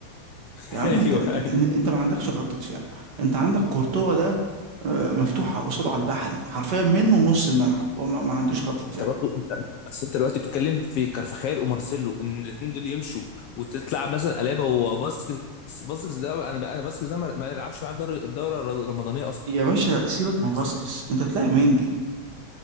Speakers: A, on the left (about 80°); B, on the right (about 55°).
A: <laughs>
B: يا عم
A: ايوه
B: انت انت,
A: ايوه
B: انت ما عندكش خط دفاع انت عندك كورتوا ده آه، مفتوحة قصاده على البحري حرفيا منه نص الملعب هو ما, ما عندوش خط
A: انت
B: دفاع
A: برضو انت بس انت دلوقتي بتتكلم في كارفاخال ومارسيلو ان الاثنين دول يمشوا وتطلع مثلا الابا وفاسكيز فاسكيز ده انا انا فاسكيز ده ما ما يلعبش معايا في دوري- في الدوره الر- الرمضانيه اصلا
B: يا باشا سيبك
A: انت
B: من
A: بت...
B: فاسكيز انت بتلعب مندي